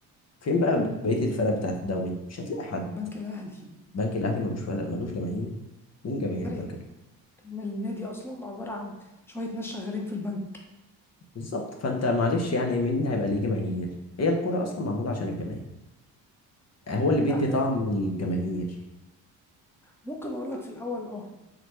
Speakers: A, on the left (about 35°); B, in the centre.
A: فين بقى بقية الفرق بتاعت الدوري مش هتلاقي حد
B: البنك الأهلي
A: بنك الأهلي ملوش فرق ملوش جماهير مين جماهير
B: فريق
A: البنك الأهلي؟
B: من النادي أصلا عبارة عن شوية ناس شغالين في البنك
A: بالظبط فأنت معلش يعني مين هيبقى ليه جماهير هي الكرة أصلا معمولة عشان الجماهير هو اللي بيدي
B: لا
A: طعم
B: إيه،
A: الجماهير
B: ممكن أقول لك في الأول أه